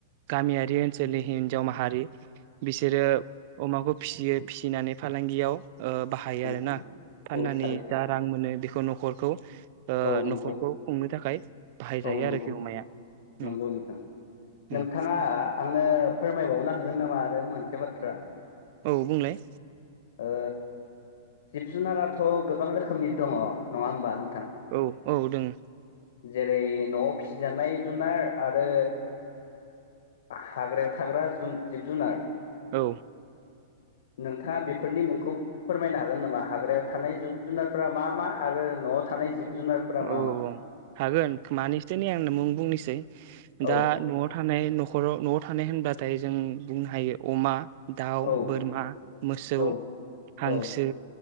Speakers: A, on the right; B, on the left.
A: गामियारि ओनसोलनि हिनजाव माहारि बिसोरो अमाखौ फिसियो फिसिनानै फालांगियाव ओ बाहायो
B: औ
A: आरो ना फाननानै
B: औ थारैनो
A: जा रां मोनो बे खौ न'खरखौ ओ
B: औ नंगौ
A: न'खरखौ खुंनो थाखाय बाहायजायो
B: औ नंगौ
A: आरोखि अमाया औ
B: नंगौ नोंथां
A: औ
B: नोंथाङा आंनो फोरमायबावनो हागोन नामा आरो मोन से बाथ्रा।
A: औ बुंलाय।
B: ओ जिब जुनाराथ' गोबां रोखोमनि दङ नङा होमबा नोंथां?
A: औ औ दोङो।
B: जेरै न'आव फिसिजानाय जुनार आरो हाग्रायाव थाग्रा जिब जुनार।
A: औ।
B: नोंथाङा बेफोरनि मुंखौ फोरमायनो हागोन नामा हाग्रायाव थानाय जिब जुनारफोरा मा मा आरो न'आव थानाय जिब जुनारफोरा मा
A: औ
B: मा
A: हागोन मानैसो नि आंङो मुं बुंनोसै। दा
B: औ
A: न'आव थानाय नख खराव न'आव थानाय होनब्लाथाय जों बुंनो हायो अमा। दाउ
B: औ
A: बोरमा मोसौ
B: औ
A: हांसो
B: औ